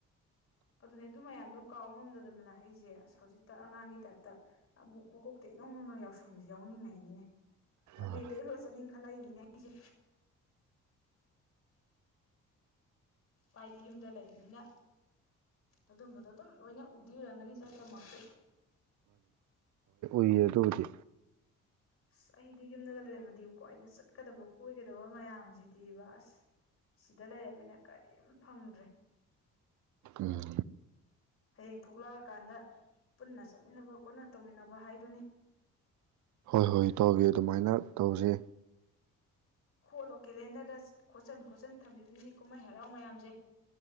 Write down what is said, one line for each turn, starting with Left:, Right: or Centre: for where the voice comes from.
Left: ꯑꯗꯨꯅꯦ ꯑꯗꯨ ꯃꯌꯥꯝꯗꯣ ꯀꯥꯎ ꯉꯝꯗꯗꯅ ꯑꯩꯁꯦ ꯑꯁ ꯍꯧꯖꯤꯛꯇ ꯑꯉꯥꯡꯒꯤ ꯇꯥꯏꯞꯇ ꯑꯃꯨꯛ ꯃꯀꯣꯛꯇ ꯏꯅꯧ ꯅꯧꯅ ꯌꯥꯎꯁꯪꯁꯦ ꯌꯥꯎꯅꯤꯡꯉꯛꯏꯅꯤꯅꯦ ꯑꯕꯦ
Right: ꯑꯥ
Left: ꯑꯇꯩ ꯈꯔ ꯆꯠꯅꯤꯡꯈꯠꯂꯛꯏꯅꯤꯅꯦ ꯑꯩꯁꯦ ꯄꯥꯏꯗꯤ ꯌꯨꯝꯗ ꯂꯩꯕꯅꯤꯅ ꯑꯗꯨꯝꯕꯗꯣ ꯑꯗꯨꯝ ꯂꯣꯏꯅ ꯎꯗꯤꯔꯝꯒꯅꯤ ꯆꯠꯇ꯭ꯔꯃꯛꯁꯨ
Right: ꯀꯨꯏꯌꯦ ꯑꯗꯨꯕꯨꯗꯤ
Left: ꯑꯁ ꯑꯩꯗꯤ ꯌꯨꯝꯗꯒ ꯂꯩꯔꯝꯃꯗꯤ ꯀꯣ ꯑꯩꯅ ꯆꯠꯀꯗꯕ ꯀꯣꯏꯒꯗꯕ ꯃꯌꯥꯝꯁꯤꯗꯤ ꯕꯥꯁ ꯁꯤꯗ ꯂꯩꯔꯕꯝꯃꯤꯅ ꯀꯔꯤꯝ ꯐꯪꯗ꯭ꯔꯦ
Right: ꯎꯝ
Left: ꯍꯌꯦꯡ ꯊꯣꯛꯂꯛꯑꯀꯥꯟꯗ ꯄꯨꯟꯅ ꯆꯠꯃꯤꯟꯅꯕ ꯄꯨꯟꯅ ꯇꯧꯃꯤꯟꯅꯕ ꯍꯥꯏꯗꯨꯅꯤ
Right: ꯑꯍꯣꯏ ꯏꯇꯥꯎꯕꯤ ꯑꯗꯨꯃꯥꯏꯅ ꯇꯧꯁꯦ
Left: ꯈꯣꯠꯂꯣ ꯀꯦꯂꯦꯟꯗꯔꯗ ꯈꯣꯠꯆꯤꯟ ꯈꯣꯠꯆꯤꯟ ꯊꯝꯕꯤꯕꯤꯅꯤ ꯀꯨꯝꯍꯩ ꯍꯔꯥꯎ ꯃꯌꯥꯝꯁꯦ